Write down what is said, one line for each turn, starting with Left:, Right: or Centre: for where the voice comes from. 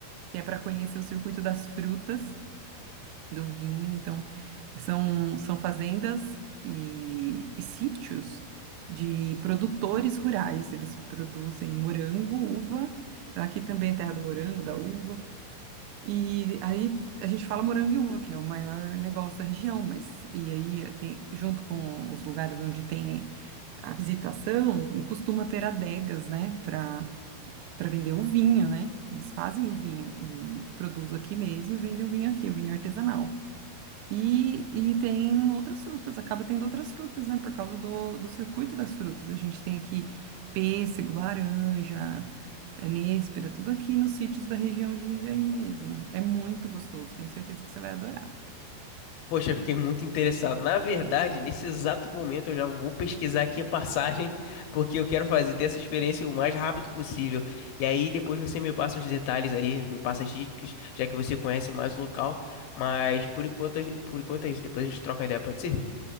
Right: que é para conhecer o Circuito das Frutas do vinho. Então, são, são fazendas e, e sítios de produtores rurais. Eles produzem morango, uva. Então, Aqui também é terra do morango, da uva. E aí a gente fala morango e uva, que é o maior negócio da região, mas e aí tem, junto com os lugares onde tem a visitação, costuma ter adegas, né, para para vender o vinho, né? Eles fazem o vinho e produzem aqui mesmo e vendem o vinho aqui, o vinho artesanal. E, e tem outras frutas, acaba tendo outras frutas, né? Por causa do, do circuito das frutas. A gente tem aqui pêssego, laranja, eh, nêspera, tudo aqui nos sítios da região de Jundiaí mesmo. É muito gostoso, tenho certeza que você vai adorar.
Left: Poxa, eu fiquei muito interessado. Na verdade, nesse exato momento eu já vou pesquisar aqui a passagem, <laughs> porque eu quero fazer ter essa experiência o mais rápido possível. E aí depois você me passa os detalhes aí, me passa as dicas, já que você conhece mais o local. Mas por enquanto, a gen- por enquanto é isso. Depois a gente troca ideia, pode ser?